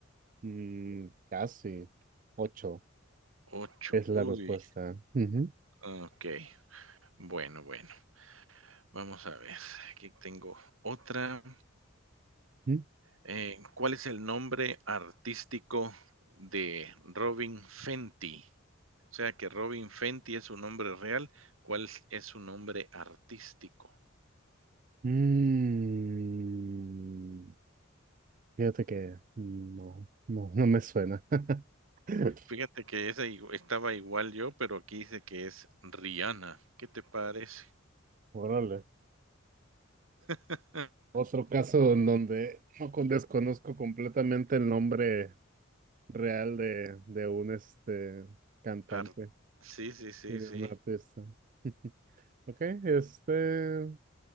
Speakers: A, on the right; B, on the right.
A: Mm, casi. Ocho
B: ocho.
A: es la
B: Uy,
A: respuesta. Ujú.
B: ok. Bueno, bueno, vamos a ver. Aquí tengo otra.
A: Ujú.
B: Eh, ¿cuál es el nombre artístico de Robin Fenty? O sea que Robin Fenty es su nombre real, ¿cuál es es su nombre artístico?
A: Mm, fíjate que no, no, no me suena. <laughs>
B: Fíjate que esa igu estaba igual yo, pero aquí dice que es Rihanna, ¿qué te parece?
A: Órale.
B: <laughs>
A: Otro caso en donde no con- desconozco completamente el nombre real de, de un este cantante
B: Ar sí, sí, sí,
A: y de
B: sí.
A: un artista. <laughs> Ok, este,